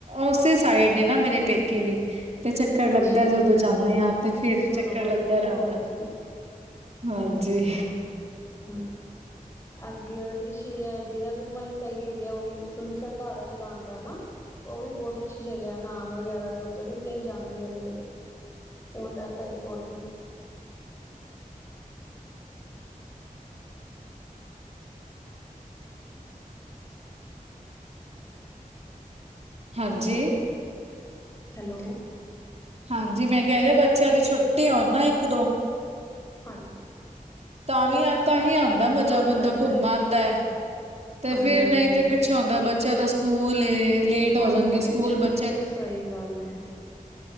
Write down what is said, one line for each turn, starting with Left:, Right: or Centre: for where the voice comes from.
Right: ਉਸੇ ਸਾਈਡ ਨੇ ਨਾ ਮੇਰੇ ਪੇਕੇ ਵੀ ਤੇ ਚੱਕਰ
Left: ਅੱਛਾ
Right: ਲੱਗਦਾ ਜਦੋਂ ਜਾਣੇ ਆ ਤੇ ਫਿਰ
Left: ਚਲੋ
Right: ਚੱਕਰ
Left: ਵਧੀਆ
Right: ਲੱਗਦਾ ਰਹਿੰਦਾ
Left: ਹੋਰ ਕੀ
Right: ਹਾਂਜੀ
Left: ਅੱਛਾ ਹੂ ਅੱਗੇ ਐ ਰਿਸ਼ੀ ਏ ਦੇਹਰਾਦੂਨ ਵਾਲੀ ਸਾਈਡ ਏਡੀਆ ਉਹ ਸੁਨ ਸਾ ਧਾਰ ਜਿਹੜਾ ਆਦਾ ਨਾ ਉਹ ਵੀ ਬਹੁਤ ਅੱਛੀ ਜਗ੍ਹਾ ਹੈ ਨਾਨ ਵਗੈਰਾ ਦੇ ਉੱਧਰ ਵੀ ਕਈ ਜਾਂਦੇ ਹੈਗੇ ਐ ਪੋਂਟਾ ਸਾਹਿਬ ਤੋਂ ਅੱਗੇ
Right: ਹਾਂਜੀ
Left: ਹੈਲੋ
Right: ਹਾਂਜੀ ਮੈਂ ਕਹਿ ਰਿਹਾ ਆ ਬੱਚਿਆਂ ਦੀ ਛੁੱਟੀ ਹੋਣ ਨਾ ਇੱਕ ਦੋ
Left: ਹਾਂਜੀ
Right: ਤਾਂ ਵੀ ਐ ਤਾਂਹੀ ਆਦਾ ਮਜ਼ਾ
Left: ਆਉਂਦਾ
Right: ਬੰਦਾ
Left: ਹੈਗਾ
Right: ਘੁੰਮ ਆਦਾ ਐ ਤੇ
Left: ਹਾਂਜੀ
Right: ਫੇਿਰ ਨਹੀਂ
Left: ਹਾਂਜੀ
Right: ਤੇ ਪਿੱਛੋਂ ਹੁੰਦਾ ਐ ਬੱਚਾ ਤਾਂ ਸਕੂਲ ਏ ਤੇ ਲੇਟ ਹੋ
Left: ਹਾਂਜੀ
Right: ਜਾਣਗੇ ਸਕੂਲ
Left: ਪਿੱਛੋਂ
Right: ਬੱਚੇ
Left: ਸਹੀ ਏ ਗੱਲ